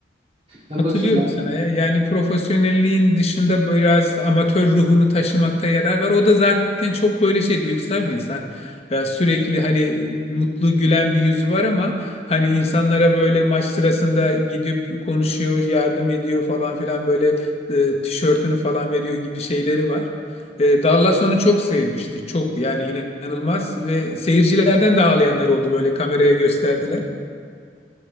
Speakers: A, on the right (about 35°); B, on the left (about 35°).
A: Ya
B: Katılıyorum
A: bakayım ben.
B: sana ya. Yani profesyonelliğin dışında biraz amatör ruhunu taşımakta yarar var. O da zaten çok böyle şey duygusal bir insan. Ya sürekli hani e, mutlu gülen bir yüzü var ama hani insanlara böyle maç sırasında gidip konuşuyor, yardım ediyor falan filan böyle e, tişörtünü falan veriyor gibi şeyleri var. E, Dallas onu çok sevmişti. Çok yani inanılmaz ve seyircilerden de ağlayanlar oldu böyle kameraya gösterdiler.